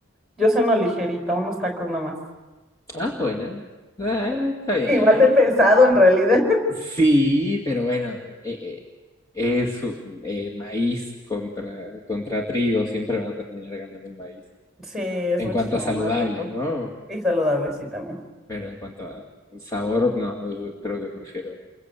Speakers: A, in the centre; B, on the left.
A: yo ceno ligerita, unos tacos nomás.
B: Ah, bueno. Ah,
A: <laughs>
B: está bien.
A: Igual de pesado en realidad. <laughs>
B: Sí, pero bueno, eh, eh, es eh, maíz contra, contra trigo, siempre va a terminar ganando el maíz.
A: Sí, es
B: En
A: muchísimo
B: cuanto a saludable,
A: más rico.
B: ¿no?
A: Y saludable, sí, también.
B: Pero en cuanto a sabor, no, yo creo que prefiero